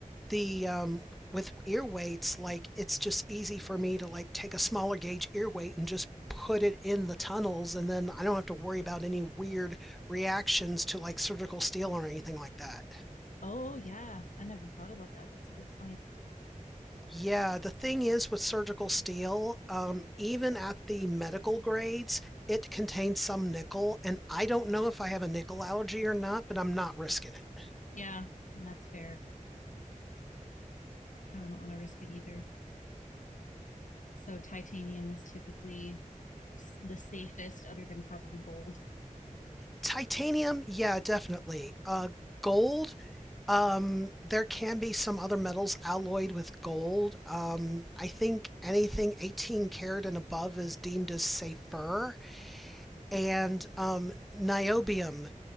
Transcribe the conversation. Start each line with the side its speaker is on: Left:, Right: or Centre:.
Centre: the um, with ear weights, like it's just easy for me to like take a smaller gauge ear weight and just put it in the tunnels, and then I don't have to worry about any weird reactions to like surgical steel or anything like that.
Left: Oh yeah, I never thought about that. That's a good point.
Centre: Yeah, the thing is with surgical steel, um, even at the medical grades, it contains some nickel, and I don't know if I have a nickel allergy or not, but I'm not risking it.
Left: Yeah, that's fair. I wouldn't want to risk it either. So titanium is typically the safest, other than probably gold.
Centre: Titanium, yeah, definitely. Uh, gold, um, there can be some other metals alloyed with gold. Um, I think anything 18 karat and above is deemed as safer. And um, niobium